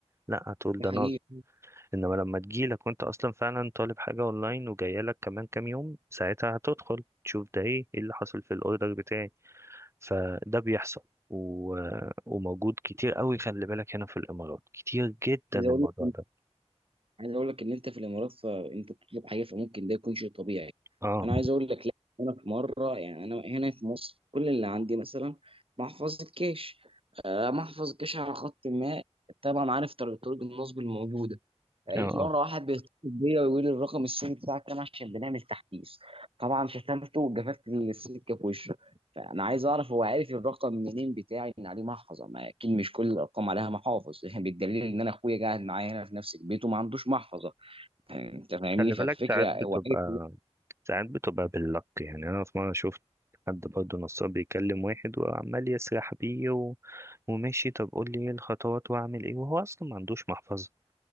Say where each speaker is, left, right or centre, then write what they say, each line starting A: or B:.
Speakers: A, on the right (about 25°); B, on the right (about 55°).
A: لا هتقول ده
B: ده حقيقي
A: أنا انما لما تجيلك وانت اصلا فعلا طالب حاجه اونلاين وجايلك كمان كام يوم ساعتها هتدخل تشوف ده ايه ايه اللي حصل في الاوردر بتاعي فده بيحصل و... وموجود كتير قوي خلي بالك هنا في الامارات كتير جدا
B: عايز
A: الموضوع
B: اقول لك
A: ده
B: عايز اقول لك ان انت في الامارات فانت بتطلب حاجه فممكن ده يكون شيء طبيعي
A: اه
B: فانا عايز اقول لك لا انا في مره يعني انا هنا في مصر كل اللي عندي مثلا محفظه كاش آه، محفظه كاش على خط ما طبعا عارف طريق طرق النصب الموجوده لقيت
A: اه اه
B: مره واحد بيتصل بيا ويقول لي الرقم السيم بتاعك كام عشان بنعمل تحديث طبعا شتمته وجففت السكه في وشه فانا عايز اعرف هو عارف الرقم منين بتاعي ان عليه محفظه ما اكيد مش كل الارقام عليها محافظ <laughs> بالدليل ان انا اخويا قاعد معايا هنا في نفس البيت وما عندوش محفظه انت فاهمني
A: خلي
B: فالفكره
A: بالك ساعات بتبقى
B: هو عارف إن-
A: ساعات بتبقى باللك يعني انا في مره شفت حد برضه نصاب بيكلم واحد وعمال يسرح بيه و... وماشي طب قول لي ايه الخطوات واعمل ايه وهو اصلا ما عندوش محفظه